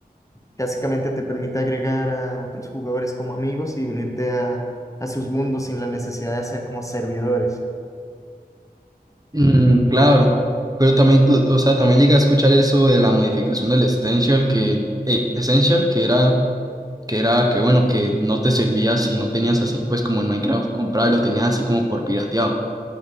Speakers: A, on the left (about 20°); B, on the right (about 20°).
A: Básicamente te permite agregar a otros jugadores como amigos y unirte a, a sus mundos sin la necesidad de ser como servidores.
B: Mm, claro, pero también, to- o sea, también llegué a escuchar eso de la modificación del Essential, que, eh, Essential, que era, que era, que bueno, que no te servía si no tenías así, pues como en Minecraft comprado y lo tenías así como por pirateado. O